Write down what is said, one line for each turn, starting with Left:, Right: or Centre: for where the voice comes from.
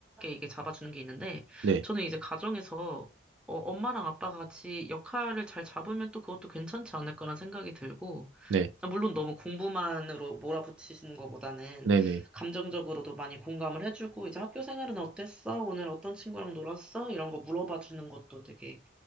Centre: 이게 잡아주는 게 있는데,
Right: 네,
Centre: 저는 이제 가정에서 어, 엄마랑 아빠가 같이 역할을 잘 잡으면 또 그것도 괜찮지 않을까라는 생각이 들고,
Right: 네,
Centre: 물론 너무 공부만으로 몰아붙이시는 것보다는
Right: 네, 네.
Centre: 감정적으로도 많이 공감을 해주고, 이제 학교 생활은 어땠어? 오늘 어떤 친구랑 놀았어? 이런 거 물어봐 주는 것도 되게